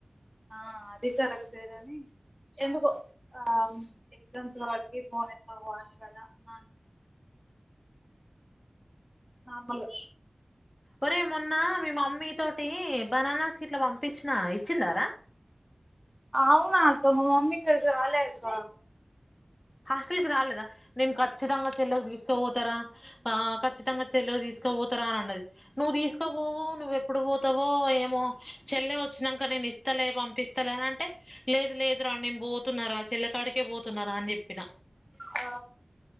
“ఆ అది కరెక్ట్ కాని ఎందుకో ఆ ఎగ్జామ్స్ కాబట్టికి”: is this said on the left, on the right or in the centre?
Centre